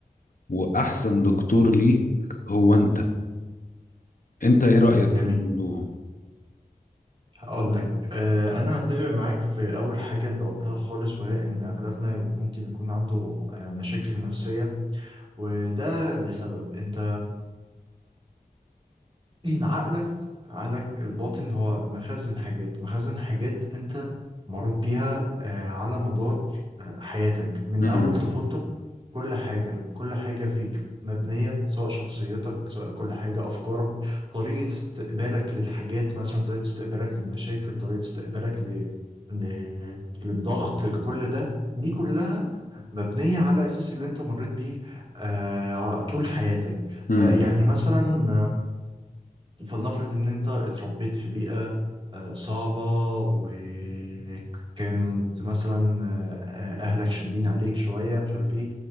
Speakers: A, on the left; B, on the right.
A: واحسن دكتور ليك هو انت انت ايه رأيك
B: جميل
A: في الموضوع
B: هقول لك آه انا اتفق معاك في اول حاجه انت قلتها خالص وهي ان اغلبنا ممكن يكون عنده آه مشاكل نفسيه وده لسبب انت <clears throat> إن عقلك عقلك الباطن هو مخزن حاجات مخزن حاجات أنت مريت بيها آه، على مدار آه، حياتك من
A: مم.
B: أول طفولتك كل حاجة كل حاجة فيك مبنية سواء شخصيتك سواء كل حاجة أفكارك طريقة استقبالك للحاجات مثلا طريقة استقبالك للمشاكل طريقة استقبالك ل... ل... للضغط لكل ده دي كلها مبنية على أساس اللي أنت مريت بيه آه... طول حياتك
A: مم.
B: آه يعني مثلا فلنفرض ان انت اتربيت في بيئة آه، صعبة وكانت مثلا آه، آه، اهلك شادين عليك شوية مش عارف ايه